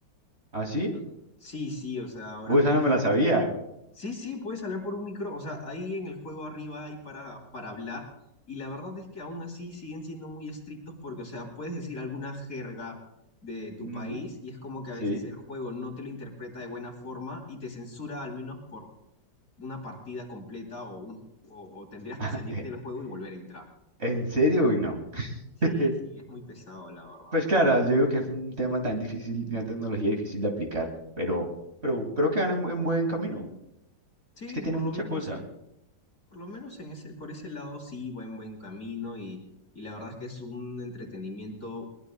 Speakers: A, on the right (about 35°); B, on the left (about 45°).
A: ¿Ah, sí?
B: ¿no? Sí, sí, o sea, ahora,
A: Uy, esa
B: por
A: no
B: ejemplo...
A: me la sabía.
B: Sí, sí, puedes hablar por un micro, o sea, ahí en el juego arriba hay para, para hablar y la verdad es que aún así siguen siendo muy estrictos porque, o sea, puedes decir alguna jerga de tu
A: Ujú,
B: país y es como que a
A: sí.
B: veces el juego no te lo interpreta de buena forma y te censura al menos por una partida completa o, un- o, o tendrías que
A: <laughs>
B: salirte del juego y volver a entrar.
A: ¿En serio, o no?
B: Sí,
A: <laughs>
B: sí, es muy pesado, la verdad.
A: Pues claro, yo digo que es un tema tan difícil, y una tecnología difícil de aplicar, pero, pero creo que van en, en buen camino.
B: Sí,
A: Es que
B: por
A: tienen
B: lo
A: mucha
B: menos
A: cosa.
B: sí, por lo menos en ese, por ese lado sí, buen, buen camino y, y la verdad es que es un entretenimiento